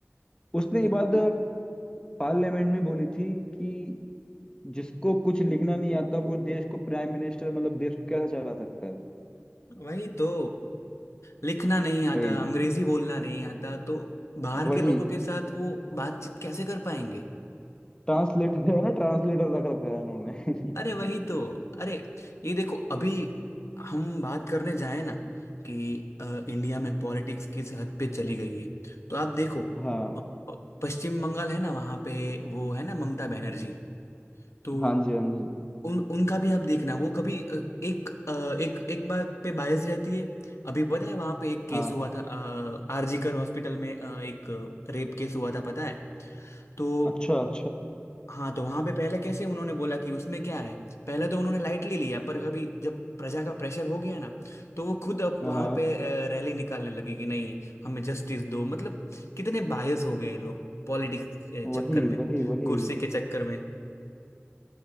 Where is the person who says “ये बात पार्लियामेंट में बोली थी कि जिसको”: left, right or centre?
Left